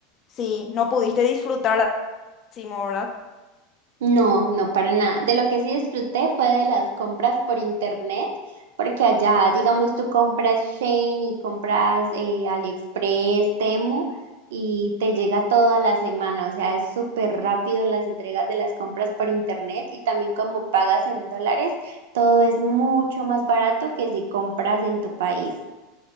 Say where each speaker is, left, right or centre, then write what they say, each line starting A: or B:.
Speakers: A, on the left; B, on the right.
A: sí, no pudiste disfrutar al máximo, ¿verdad?
B: No, no para nada. De lo que sí disfruté fue de las compras por internet, porque allá, digamos, tú compras Shein y compras eh, AliExpress, Temu y te llega todo a la semana. O sea, es súper rápido las entregas de las compras por internet y también como pagas en dólares, todo es mucho más barato que si compras en tu país.